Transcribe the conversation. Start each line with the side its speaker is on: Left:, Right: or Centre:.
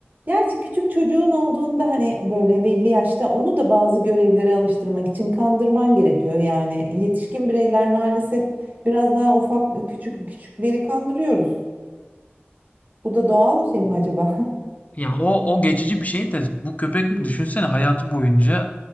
Right: Gerçi küçük çocuğun olduğunda hani böyle belli yaşta onu da bazı görevlere alıştırmak için kandırman gerekiyor yani. Yetişkin bireyler maalesef biraz daha ufak küçük küçükleri kandırıyoruz. Bu da doğal bir şey mi acaba?
Left: ya o o geçici bir şey de bu köpek
Right: <laughs>
Left: düşünsene hayatı boyunca